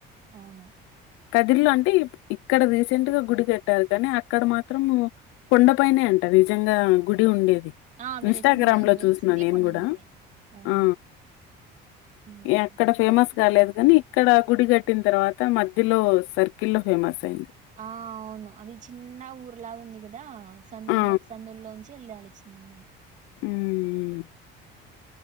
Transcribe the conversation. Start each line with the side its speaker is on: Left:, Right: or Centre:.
Right: అవును
Left: కదిరిలో అంటే ఇక్కడ రీసెంట్ గా గుడి కట్టారు కానీ అక్కడ మాత్రం కొండపైనే అంట నిజంగా గుడి ఉండేది
Right: ఆ వెలిసింది
Left: ఇన్స్టాగ్రామ్
Right: ఆయన
Left: లో
Right: వెలిసింది
Left: చూసిన నేను
Right: కొండ
Left: కూడా
Right: మీదే అవును
Left: ఆ
Right: హ్మ్
Left: అక్కడ ఫేమస్ ఫమస్ కాలేదు కానీ ఇక్కడ గుడి కట్టిన తర్వాత మధ్యలో సర్కిల్ లో ఫేమస్ అయింది
Right: ఆ అవును అది చిన్న ఊర్లా ఉంది కదా సందులు
Left: ఆ
Right: సందుూలోంచి వెళ్ళాలి చిన్నగా
Left: మ్మ్